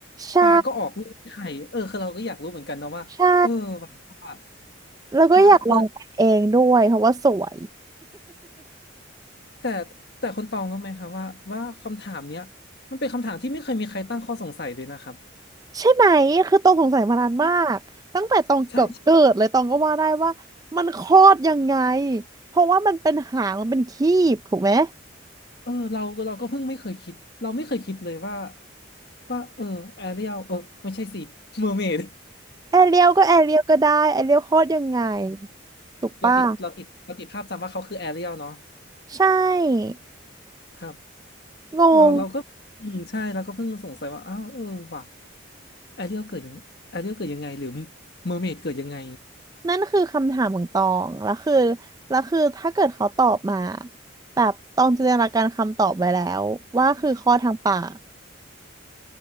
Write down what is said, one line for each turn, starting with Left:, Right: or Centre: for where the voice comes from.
Right: ใช่
Left: ปลาก็ออกลูกไข่เออคือเราก็อยากรู้เหมือนกันนะว่าเออว่าว่า
Right: ใช่ แล้วก็อยากลองเป็นเองด้วยเพราะว่าสวย
Left: ปลาเออแต่แต่คนตองรู้ไหมครับว่าว่าคำถามเนี้ยมันเป็นคำถามที่ไม่เคยมีใครตั้งข้อสงสัยเลยนะครับ
Right: <laughs> ใช่ไหมคือตองสงสัยมานานมากตั้งแต่ตองเกือบเกิดเลยตองก็ว่าได้ว่ามันคลอดยังไง
Left: ใช่ใช่ใช่
Right: เพราะว่ามันเป็นหางมันเป็นครีบถูกไหม
Left: เออเราเราก็เพิ่งไม่เคยคิดเราไม่เคยคิดเลยว่าว่าเออแอเรียลเออไม่ใช่สิเมอร์เมด
Right: แอเรียลก็แอเรียลก็ได้แอเรียลคลอดยังไงถูกป่ะ
Left: เราติดเราติดเราติดภาพจำว่าเขาคือแอเรียลเนาะ
Right: ใช่
Left: ครับ
Right: งง
Left: เราเราก็อืมใช่เราก็เพิ่งสงสัยว่าอ้าวเออว่ะแอเรียลเกิดยังแอเรียลเกิดยังไงหรือเมอร์เมดเกิดยังไง
Right: นั่นคือคำถามของตองแล้วคือแล้วคือถ้าเกิดเขาตอบมาแบบตองจินตนาการคำตอบไว้แล้วว่าคือคลอดทางปาก